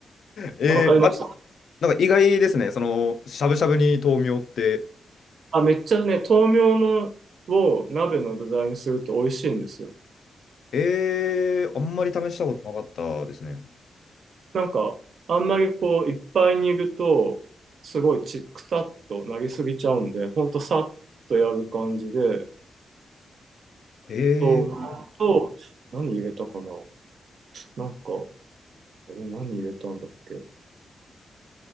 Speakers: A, on the left (about 65°); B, on the right (about 60°).
A: えー、
B: わかります。
A: あ、でもなんか意外ですね。その、しゃぶしゃぶに豆苗って。
B: あ、めっちゃね、豆苗のを鍋の具材にすると美味しいんですよ。
A: えー、あんまり試したことなかったですね。
B: なんか、あんまりこう、いっぱいにいると、すごいちくたっとなりすぎちゃうんで、ほんとさっとやる感じで、
A: え
B: 豆腐と、と何入れたかななんか、これ何入れたんだっけ